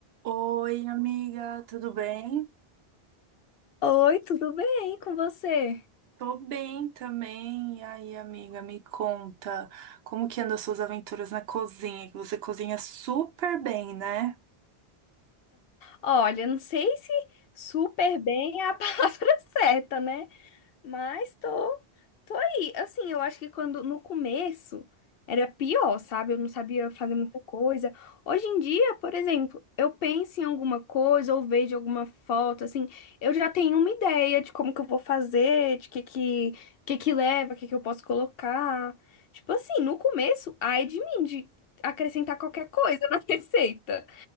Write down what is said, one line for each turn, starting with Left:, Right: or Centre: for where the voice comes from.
Right: Oi, amiga, tudo bem?
Left: Oi, tudo bem com você?
Right: Tô bem também. E aí, amiga, me conta, como que andam as suas aventuras na cozinha? Que você cozinha super bem, né?
Left: Olha, não sei se super bem é a <laughs> palavra certa, né? Mas tô, tô aí. Assim, eu acho que quando no começo era pior, sabe? Eu não sabia fazer muita coisa. Hoje em dia, por exemplo, eu penso em alguma coisa ou vejo alguma foto, assim, eu já tenho uma ideia de como que eu vou fazer, de que que, que que leva, que que eu posso colocar. Tipo assim, no começo, ai de mim, de acrescentar qualquer coisa na <laughs> receita.